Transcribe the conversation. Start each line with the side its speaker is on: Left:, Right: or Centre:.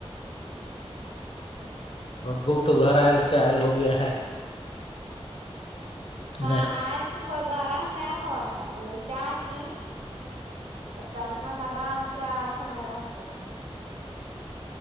Left: اور بک تو گھر آئل کے آئل ہو گیا ہے
Right: ہاں
Left: نہیں
Right: آر کی کوئی گرم نہیں ہول اون چائے پین پچاسم لگا پ آار سمے رہتے ہیں